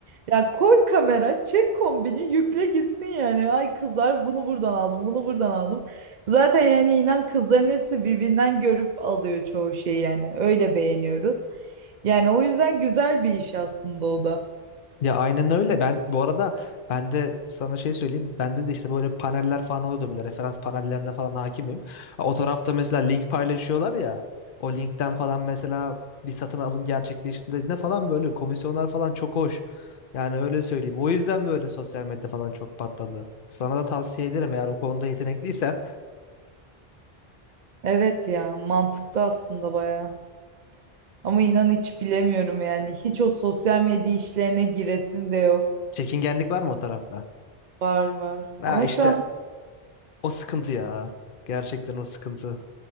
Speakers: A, on the right (about 50°); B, on the left (about 60°).
A: Ya koy kamera, çek kombini, yükle gitsin yani. Ay kızlar bunu buradan aldım, bunu buradan aldım. Zaten yani inan kızların hepsi birbirinden görüp alıyor çoğu şeyi yani. Öyle beğeniyoruz. Yani o yüzden güzel bir iş aslında o da.
B: Ya aynen öyle. Ben bu arada ben de sana şey söyleyeyim. Bende de işte böyle paneller falan oluyordu böyle. Referans panellerine falan hakimim. O tarafta mesela link paylaşıyorlar ya. O linkten falan mesela bir satın alım gerçekleştiğinde falan böyle komisyonlar falan çok hoş. Yani öyle söyleyeyim. O yüzden böyle sosyal medya falan çok patladı. Sana da tavsiye ederim eğer o konuda yetenekliysen.
A: Evet ya mantıklı aslında bayağı. Ama inan hiç bilemiyorum yani. Hiç o sosyal medya işlerine giresim de yok.
B: Çekingenlik var mı o tarafta?
A: Var var.
B: Ha
A: Ama
B: işte
A: şu an
B: o sıkıntı ya. Gerçekten o sıkıntı.